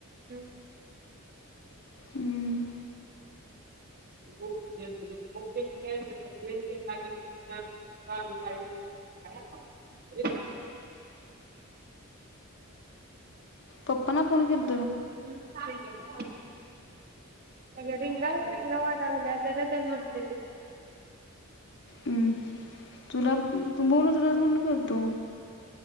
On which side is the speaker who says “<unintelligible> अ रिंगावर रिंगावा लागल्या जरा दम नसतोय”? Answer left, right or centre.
Right